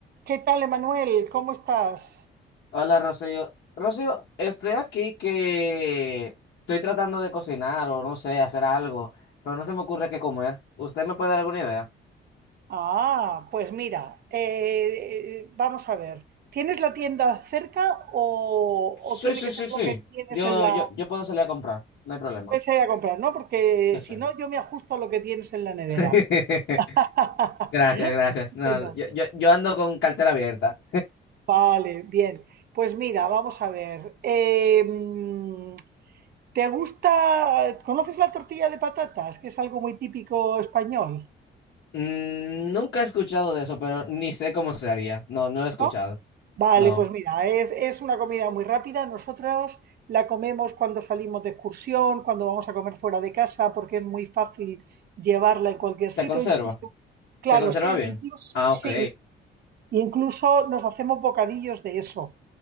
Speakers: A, on the right; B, on the left.
A: ¿Qué tal, Emanuel? ¿Cómo estás?
B: Hola, Rocío. Rocío, estoy aquí que estoy tratando de cocinar o no sé, hacer algo, pero no se me ocurre qué comer. ¿Usted me puede dar alguna idea?
A: Ah, pues mira, eh, vamos a ver. ¿Tienes la tienda cerca o, o
B: Sí,
A: tiene
B: sí,
A: que
B: sí,
A: ser
B: sí.
A: lo que tienes
B: Yo,
A: en la...
B: yo, yo puedo salir a comprar, no hay problema.
A: Pues a ir a comprar, ¿no? Porque
B: Sí,
A: si
B: sí.
A: no, yo me ajusto a lo que tienes en la nevera.
B: <laughs>
A: <laughs>
B: Gracias, gracias. No,
A: Bueno,
B: yo, yo, yo ando con cartera abierta.
A: vale, bien. Pues mira, vamos a ver. Eh, mm, ¿te gusta, conoces la tortilla de patatas, que es algo muy típico español?
B: Mm, nunca he escuchado de eso, pero ni sé cómo se haría. No, no lo he escuchado.
A: ¿no? Vale,
B: No.
A: pues mira, es, es una comida muy rápida. Nosotros la comemos cuando salimos de excursión, cuando vamos a comer fuera de casa, porque es muy fácil llevarla en cualquier
B: ¿Se
A: sitio.
B: conserva?
A: Incluso,
B: ¿Se
A: claro,
B: conserva
A: sí,
B: bien?
A: incluso,
B: Ah,
A: sí,
B: ok.
A: incluso nos hacemos bocadillos de eso,